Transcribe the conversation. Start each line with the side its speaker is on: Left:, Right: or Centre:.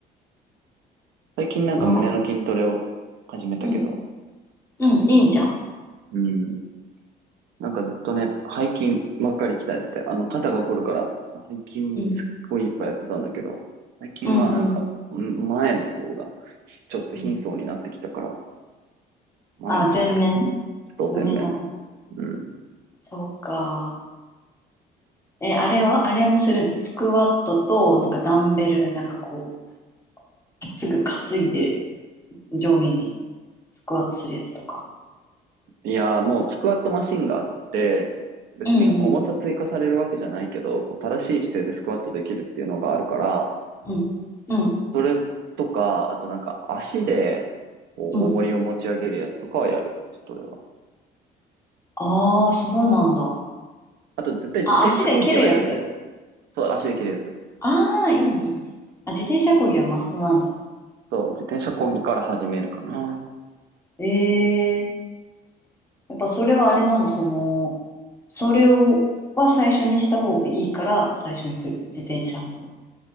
Right: 最近なんか胸の筋トレを始めたけど。
Left: なんか、うんうん、いいじゃん。
Right: うん。なんかずっとね、背筋ばっかり鍛えてて、あの、肩が凝るから、背筋すっごいいっぱいやってたんだけど、
Left: うん、
Right: 最近はなんか、
Left: うん、うん、
Right: ん前の方が、ちょっと貧相になってきたから、
Left: うん。
Right: 前をやってるな。
Left: あ、前面
Right: 外前面。
Left: 胸の方。
Right: うん。
Left: そうか。え、あれはあれもするのスクワットと、なんかダンベル、なんかこう、すぐ担いで上下にスクワットするやつとか。
Right: いやー、もうスクワットマシンがあって、別に重さ追加されるわけじゃないけど、
Left: うんうん。
Right: こう正しい姿勢でスクワットできるっていうのがあるから、
Left: うん。うん。
Right: それとか、あとなんか足で、こう、
Left: うん。
Right: 重りを持ち上げるやつとかはやる。それは。
Left: ああ、そうなんだ。
Right: あと絶対自転車漕ぎはやるね。
Left: あ、足で蹴るやつ。
Right: そう、足できるやつ。
Left: ああ、いいね、いいね。あ、自転車漕ぎはマストなんだね。
Right: そう、自転車漕ぎから始めるかな。
Left: ええやっぱそれはあれなの、その、それを、は最初にした方がいいから、最初にする。自転車の方。